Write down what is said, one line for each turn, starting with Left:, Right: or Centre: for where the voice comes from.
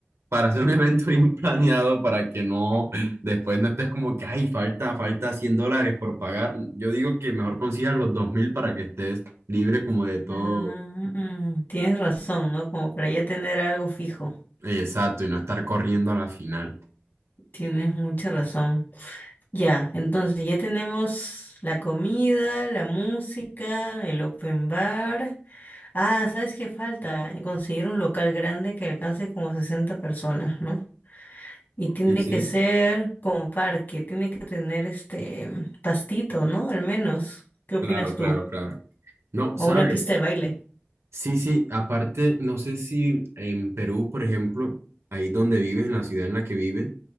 Right: para hacer un <laughs> evento bien planeado para que no, después no estés como que, ay, falta, falta 100 dólares por pagar. Yo digo que mejor consigas los 2000 para que estés libre como de todo,
Left: Ah, mm, tienes razón, ¿no? Como para ya tener algo fijo.
Right: eh, exacto, y no estar corriendo a la final.
Left: Tienes mucha razón. Ya, entonces ya tenemos la comida, la música, el open bar. Ah, ¿sabes qué falta? Conseguir un local grande que alcance como 60 personas, ¿no? Y tiene
Right: Sí, sí,
Left: que ser como parque, tiene que tener este pastito, ¿no? Al menos. ¿Qué opinas
Right: claro, claro,
Left: tú?
Right: claro. No,
Left: O
Right: ¿sabes?
Left: una pista de baile.
Right: Sí, sí, aparte, no sé si en Perú, por ejemplo, ahí donde vives, en la ciudad en la que vives,